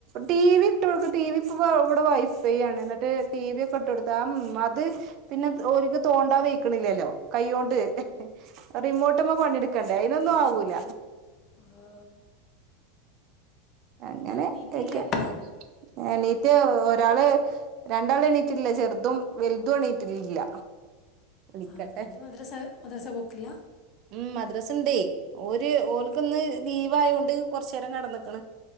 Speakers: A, on the right; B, on the left.
A: ടി വി ഇട്ട് കൊടുക്കു ടി വി ഇവടെ വൈഫൈ ആണ് എന്നിട്ട് ടി വി ഒക്കെ ഇട്ട് കൊടുത്ത ആ മത് പിന്നെ ഒ ാല്ക്ക് തോണ്ട വയ്ക്ക്ണില്ലല്ലോ. കൈയോണ്ട്
B: ആ
A: റിമോട്ട്മ്മ പണിയെടുക്കണ്ടേ അയിനൊന്നു ആവൂല.
B: ഓ
A: അങ്ങനെ
B: എന്നിട്ട് അത് എണീറ്റില്ലേ
A: ഒക്കെ
B: ഇപ്പോൾ
A: എണീറ്റ് ഒരാള് രണ്ടാള് എണീറ്റില്ലേ ചെറ്തും വല്തും എണീറ്റിട്ടില്ല വിളിക്കട്ടെ
B: ആഹ് വല്തും മദ്രസ മദ്രസ പോക്കില്ല?
A: ഉം മദ്രസുണ്ടേയ് ഓര് ഓല്ക്ക്ന്ന് ലീവ് ആയോണ്ട് കൊറച്ചെരം കെടന്നക്ക്ണ്.